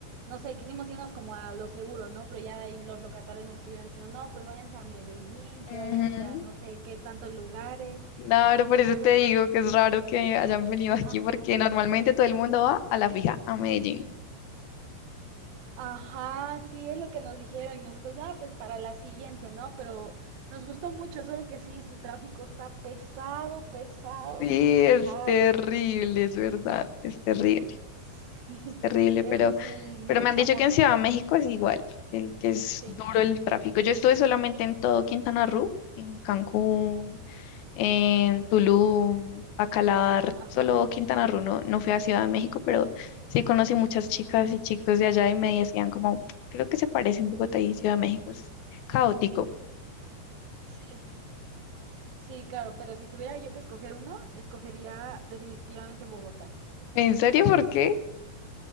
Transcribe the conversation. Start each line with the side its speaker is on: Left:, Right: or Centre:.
Right: no sé, quisimos irnos como a lo seguro, ¿no? Pero ya ahí los locatarios nos estuvieron diciendo, no, pues váyanse a Medellín, que
Left: Ujú.
Right: váyanse a no sé qué tantos lugares.
Left: Claro, por
Right: Y
Left: eso
Right: nosotros,
Left: te digo que es raro que hayan venido aquí
Right: ajá,
Left: porque normalmente todo el mundo va a la fija a Medellín.
Right: Ajá, sí, es lo que nos dijeron y nosotros, ah, pues para la siguiente, ¿no? Pero nos gustó mucho, solo que sí, su tráfico está pesado, pesado,
Left: Sí,
Right: pesado.
Left: es terrible, es verdad, es terrible,
Right: Sí,
Left: es terrible,
Right: <laughs> eso
Left: pero,
Right: sí, mucha
Left: pero me han dicho
Right: moto.
Left: que en Ciudad de México es igual, que, que es
Right: Sí,
Left: duro el tráfico. Yo estuve solamente en todo Quintana Roo, en Cancún, en Tulum, Bacalar,
Right: ajá,
Left: solo Quintana Roo, no, no fui a Ciudad de México, pero sí conocí muchas chicas y chicos de allá y me decían como, creo que se parece un poco a y Ciudad de México es caótico.
Right: sí, sí, claro, pero si tuviera yo que escoger uno, escogería definitivamente Bogotá.
Left: ¿En serio? ¿Por qué?